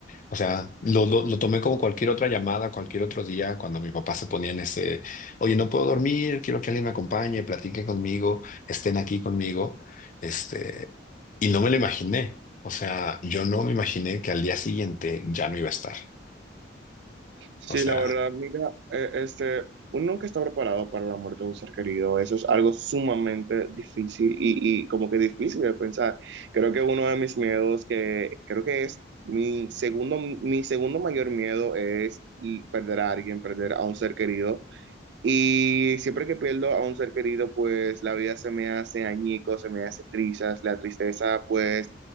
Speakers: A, on the left (about 40°); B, on the right (about 60°).
A: O sea, lo, lo, lo tomé como cualquier otra llamada, cualquier otro día, cuando mi papá se ponía en ese, oye, no puedo dormir, quiero que alguien me acompañe, platiquen conmigo, estén aquí conmigo. Este, y no me lo imaginé. O sea, yo no me imaginé que al día siguiente ya no iba a estar.
B: Sí,
A: O sea,
B: la verdad, mira, eh, este, uno nunca está preparado para la muerte de un ser querido. Eso es algo sumamente difícil y, y como que difícil de pensar. Creo que uno de mis miedos, que creo que es mi segundo, mi segundo mayor miedo es y perder a alguien, perder a un ser querido. Y siempre que pierdo a un ser querido, pues la vida se me hace añico, se me hace trizas, la tristeza pues